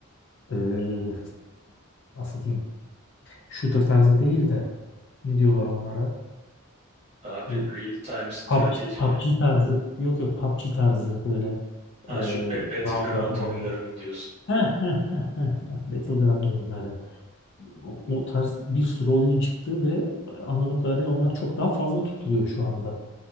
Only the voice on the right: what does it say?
Daha
bir real time strateji
mi?
Ha
şu Be- Battleground
oyunlarını diyorsun.